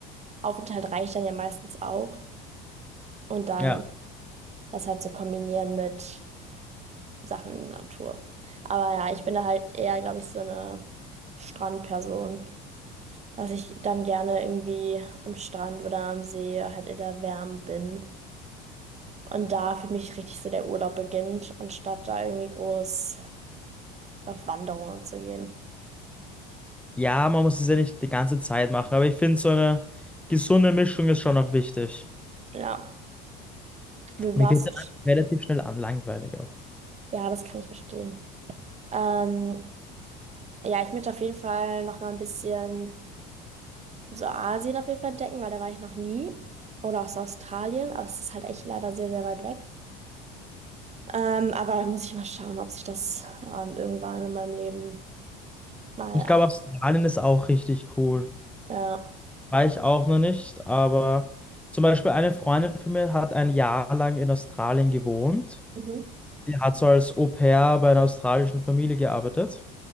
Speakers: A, on the right (about 30°); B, in the centre.
A: Aufenthalt reicht dann ja meistens auch. Und dann
B: Ja.
A: das halt zu kombinieren mit Sachen in der Natur. Aber ja, ich bin da halt eher, glaube ich, so eine Strandperson. dass ich dann gerne irgendwie am Strand oder am See halt in der Wärme bin. Und da für mich richtig so der Urlaub beginnt, anstatt da irgendwie groß auf Wanderungen zu gehen.
B: Ja, man muss es ja nicht die ganze Zeit machen, aber ich finde, so eine gesunde Mischung ist schon noch wichtig.
A: Ja, wie
B: Mir
A: war's?
B: wird dann relativ schnell an langweilig auch.
A: Ja, das kann ich verstehen. Ähm, ja, ich möchte auf jeden Fall noch mal ein bisschen so Asien auf jeden Fall entdecken, weil da war ich noch nie. Oder auch so Australien, aber es ist halt echt leider sehr, sehr weit weg. Ähm, aber da muss ich mal schauen, ob sich das ähm, irgendwann in meinem Leben mal
B: Ich
A: an,
B: glaube, Australien ist auch richtig cool.
A: äh,
B: War ich auch noch nicht, aber zum Beispiel eine Freundin von mir hat ein Jahr lang in Australien gewohnt.
A: Mhm.
B: Die hat so als Au-pair bei einer australischen Familie gearbeitet